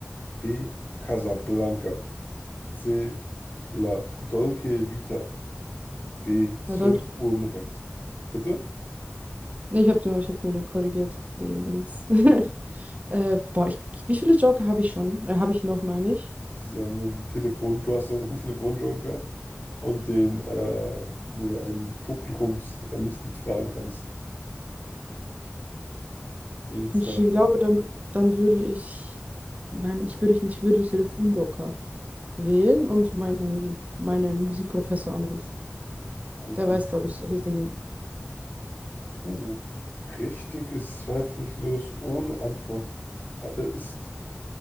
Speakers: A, on the left (about 45°); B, on the right (about 35°).
A: B. Casablanca. C. La Dolce Vita. D. zwölf
B: na, Deutsch.
A: Uhr mittags. Bitte?
B: Nee, ich habe nur, ich hab nur den korrigiert, den Dings. <laughs> äh, boah, ich, wie viele Joker habe ich schon? Äh, habe ich noch, meine ich.
A: Sie haben nur den Telefon, du hast noch den Telefonjoker und den, äh, wo du ein Publikumsmitglied fragen kannst. Also zwei
B: Ich glaube, dann, dann würde ich, mein, ich würde, ich würde den Telefonjoker wählen und meinen, meinen Musikprofessor anrufen.
A: rufen.
B: Der weiß, glaube ich, solche Dinge.
A: Uh, richtig ist zweifellos ohne Antwort äh, ist